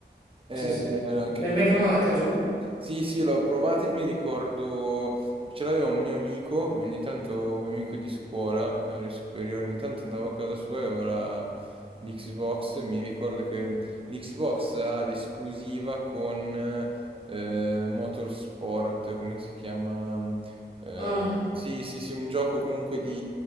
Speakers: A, on the right; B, on the left.
A: È
B: sì, sì.
A: bello anche
B: L'hai
A: di
B: mai provata tu?
A: Sì, sì, l'ho provato e mi ricordo, ce l'aveva un mio amico, e ogni tanto un mio amico di scuola, eh, alle superiori, ogni tanto andavo a casa sua e aveva la- l'Xbox, mi ricordo che l'Xbox ha l'esclusiva con eh, Motorsport, come si chiama? Eh,
B: Ah,
A: sì, sì, sì, un gioco comunque